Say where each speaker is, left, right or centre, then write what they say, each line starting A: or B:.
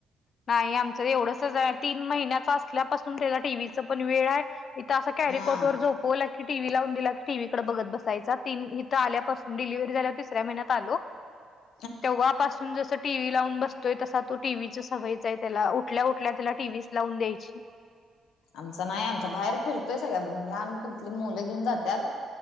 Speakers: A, on the left; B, on the left.
A: नाही आमचं एवढंसच तीन महिन्याच असल्यापासून त्याला टीव्हीच पण वेड आहे. इथं असं कॅरीकोट
B: हा
A: वर झोप होला बोलला की टीव्ही लावून दिला की टी व्हीकडे बघत बसायचा तन इथ आल्यापून डिलव्ह झा तिसऱ्याहि्यात आलो.
B: <inaudible>
A: तेव्हापसून जस टीव्ही लावून बसतोय तसा तो टीव्ही च सवयचा आहे त्याला उठल्या उठल्या त्याला टीव्हीच लावून द्यायची
B: आमच नाही आमचा बाहेर फिरतोय सग का्या लहानप ली मुलं घेऊन जातात